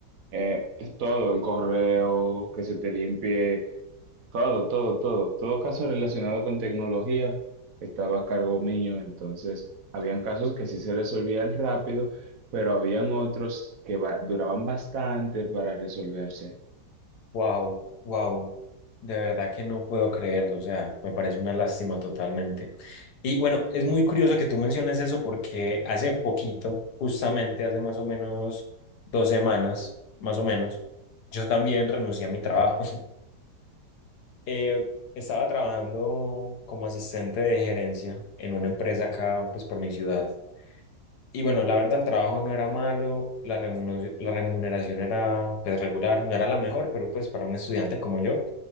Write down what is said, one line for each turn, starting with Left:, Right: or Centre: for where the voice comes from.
Right: Eh, todo, el correo, que se te limpie, todo, todo, todo. Todo caso relacionado con tecnología estaba a cargo mío. Entonces, habían casos que sí se resolvían rápido, pero habían otros que va- duraban bastante para resolverse.
Left: Wow, wow. De verdad que no puedo creerlo, o sea, me parece una lástima totalmente. Y bueno, es muy curioso que tú menciones eso porque hace poquito, justamente hace más o menos dos semanas, más o menos, yo también renuncié a mi trabajo. <laughs> Eh, estaba trabajando como asistente de gerencia en una empresa acá, pues por mi ciudad. Y bueno, la verdad, el trabajo no era malo, la remuneración, la remuneración era pues regular, no era la mejor, pero pues para un estudiante como yo